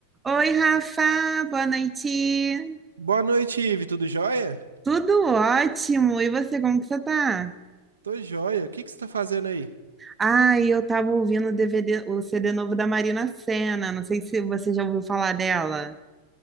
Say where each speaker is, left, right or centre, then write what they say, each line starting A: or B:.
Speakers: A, on the right (about 15°); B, on the right (about 75°).
A: Oi, Rafa, boa noite.
B: Boa noite, Ive. Tudo jóia?
A: Tudo ótimo. E você, como que você tá?
B: Tô jóia. O que que você tá fazendo aí?
A: Ah, eu tava ouvindo o DVD, o CD novo da Marina Sena. Não sei se você já ouviu falar dela.